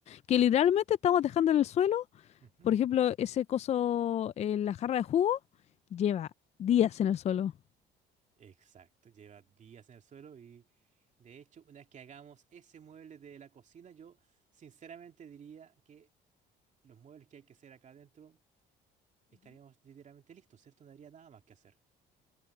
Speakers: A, on the left; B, on the right.
A: que literalmente estamos dejando en el suelo.
B: ujú.
A: Por ejemplo, ese coso, eh, la jarra de jugo, lleva días en el suelo.
B: Exacto, lleva días en el suelo y de hecho, una vez que hagamos ese mueble de la cocina, yo sinceramente diría que los muebles que hay que hacer acá adentro estaríamos literalmente listos, ¿cierto? No habría nada más que hacer.